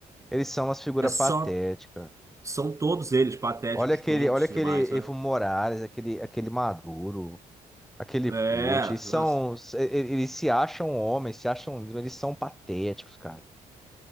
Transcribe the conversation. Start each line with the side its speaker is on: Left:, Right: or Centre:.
Centre: Eles são umas figuras
Right: é só,
Centre: patéticas.
Right: são todos eles patéticos,
Centre: Olha aquele,
Right: tontos
Centre: olha aquele
Right: demais, sabe?
Centre: Evo Morales, aquele, aquele Maduro, aquele
Right: É,
Centre: Putin. Eles são,
Right: nossa.
Centre: eles se acham homens, se acham lindos, mas eles são patéticos, cara.